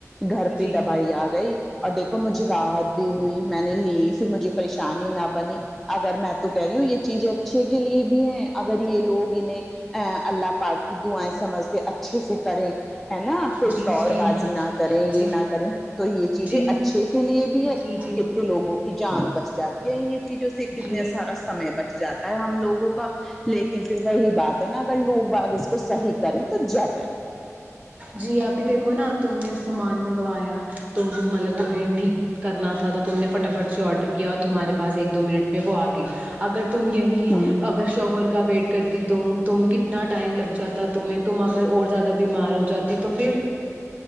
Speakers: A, in the centre; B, on the right.
A: گھر پہ
B: جی
A: دبائی آ گئی اور دیکھو مجھے
B: جی
A: راحت بھی ہوئی میں نے لی پھر مجھے پریشانی نہ بنی اگر میں تو کہہ رہی ہوں یہ چیزیں اچھے کے لیے بھی ہے اگر یہ لوگ انہیں ا اللہ پاک کی دعائیں سمجھ کے اچھے سے کریں ہیں نا کوئی
B: جی
A: فراڈ
B: جی
A: بازی نہ کرے یہ
B: جی
A: نہ کریں تو یہ چیزیں
B: جی
A: اچھے کے لیے بھی ہے
B: جی جی
A: کتنے لوگوں کی جان بچ جاتی ہے انیں چیزوں سے کتنا
B: جی
A: سارا سمے بچ جا آ ہم لوگوں کا لیکن پھر وہی بات ہے نا اگر لوگ بات اس کو صحیح کریں تو جب ہے
B: جی اپی دیکھو نا اب تم نے سامان منگوایا تم ملے تمہیں ٹھیک کرنا تھا تو تم نے فٹافٹ سے آڈر کیا اور تمہارے پاس ایک دو منٹ میں وہ آ گئی اگر تم یہی
A: ہوں
B: شوہر کا ویٹ کرتی تم تم کتنا ٹائم لگ جاتا تمہیں تو مگر اور زیادہ بیمار ہو جاتی تو پھر